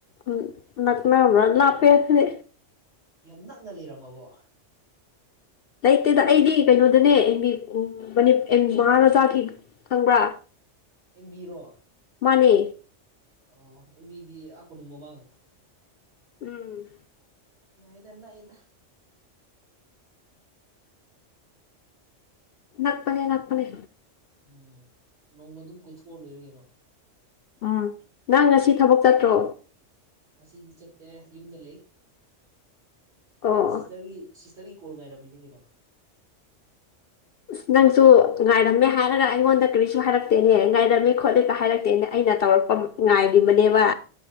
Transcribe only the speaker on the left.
ꯎꯝ ꯂꯅꯥ ꯔ ꯂꯄꯦꯗꯤ
ꯂꯩꯇꯦꯗ ꯑꯩꯗꯤ ꯀꯩꯅꯣꯗꯅꯦ ꯑꯦꯝ ꯃꯤ ꯑ ꯃꯍꯥꯔꯣꯖꯥꯒꯤ ꯈꯪꯕ꯭ꯔꯥ
ꯃꯥꯅꯦ
ꯎꯝ
ꯅꯅꯥꯛꯄꯅꯦ ꯅꯛꯄꯅꯦ
ꯎꯝ ꯅꯪ ꯉꯁꯤ ꯊꯕꯛ ꯆꯠꯇ꯭ꯔꯣ
ꯑꯣ
ꯑ ꯅꯪꯁꯨ ꯉꯥꯏꯔꯝꯃꯦ ꯍꯥꯏꯔꯒ ꯑꯩꯉꯣꯟꯗ ꯀꯔꯤꯁꯨ ꯍꯥꯏꯔꯛꯇꯦꯅꯦ ꯉꯥꯏꯔꯝꯃꯤ ꯈꯣꯠꯂꯤꯀ ꯍꯥꯏꯔꯛꯇꯦꯅꯦ ꯑꯩꯅ ꯇꯧꯔꯛꯄ ꯉꯥꯏꯔꯤꯕꯅꯦꯕ